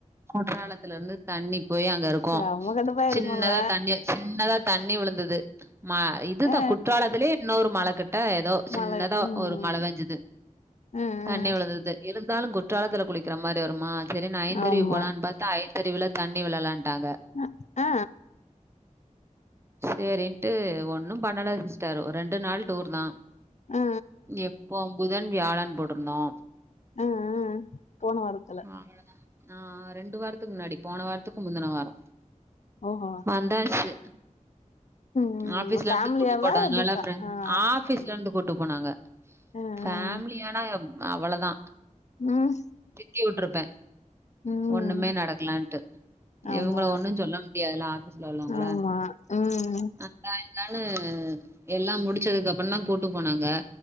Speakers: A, on the right (about 20°); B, on the left (about 60°).
A: குற்றாலத்துல இருந்து தண்ணி போய் அங்க இருக்கு
B: செம கடுப்பா இருக்குல்ல
A: சின்னதா தண்ணி சின்னதா தண்ணி விழுந்தது மா இதுதா
B: ஆ
A: குற்றாலத்திலயே இன்னொரு மழ கிட்ட எதோ சின்னதா
B: மழ ம்
A: ஒரு மழ பெஞ்சது
B: ம் ம்
A: தண்ணி விழுறது இருந்தாலு குற்றாலத்துல குளிக்கிற மாதிரி வருமா சரின் ஐந்தறிவு
B: ஆமா
A: பாத்தா ஐத்தறிவுல தண்ணி விழலன்ட்டாங்க
B: ம் ஆ
A: சேரின்ட்டு ஒன்னு பண்ணல சிஸ்டர் ஒரு ரெண்டு நாள் டூர் தா
B: ஆ
A: எப்போ புதன் வியாழன் போட்டுருந்தோ
B: ம் ம் போன வாரத்துல
A: அவ்வளதா ஆ ரெண்டு வாரத்துக் முன்னாடி போன வாரத்துக்கு முந்துன வாரோ
B: ஓஹோ
A: வந்தாச்சு
B: ம்
A: ஆபீஸ்ல
B: ஃபேமிலியாவா
A: இருந்து கூட்டு போட்டனால
B: எப்டிக்கா
A: ஃபிரண்
B: ஆ
A: ஆபீஸ்ல
B: ம்
A: இருந்து கூட்டு போனாங்க
B: ம்
A: ஃபேமிலியானா அவ்ளதா
B: ம்
A: திட்டி உட்ருப்பே
B: ம்
A: ஒண்ணுமே நடக்கலன்ட்டு
B: ஆமா
A: இவங்கள ஒன்னு சொல்ல முடியாதுல்ல ஆபீஸ்ல உள்ளவங்கள
B: ஆமா ம்
A: இதா இதான்னு எல்லாம் முடிச்சதுக் அப்பந்தா கூட்டு போனாங்க